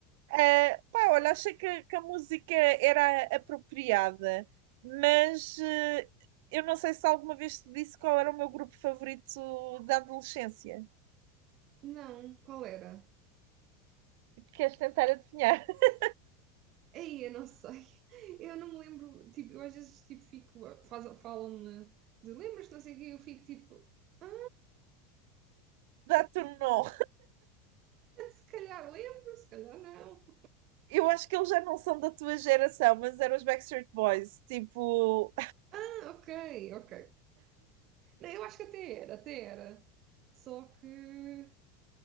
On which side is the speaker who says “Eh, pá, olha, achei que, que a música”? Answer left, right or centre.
Right